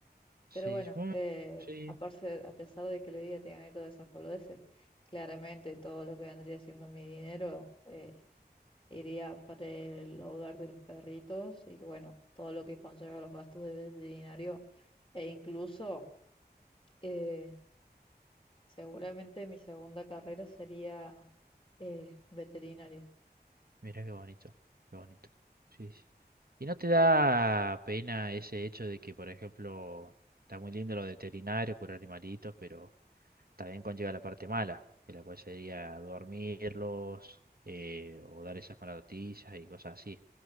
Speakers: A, on the right (about 60°); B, on the left (about 30°).
A: Sí,
B: Pero bueno,
A: bueno,
B: eh,
A: sí.
B: aparte, a pesar de que le diga te gané todas esas boludeces, claramente todo lo que vendría siendo mi dinero eh, iría para el hogar de los perritos y bueno, todo lo que conlleva los gastos de veterinario e incluso eh, seguramente mi segunda carrera sería eh, veterinario.
A: Mira qué bonito, qué bonito. Sí, sí. ¿Y no te da pena ese hecho de que, por ejemplo, está muy lindo lo de veterinario, curar animalitos, pero también conlleva la parte mala, que la cual sería dormirlos eh, o dar esas malas noticias y cosas así.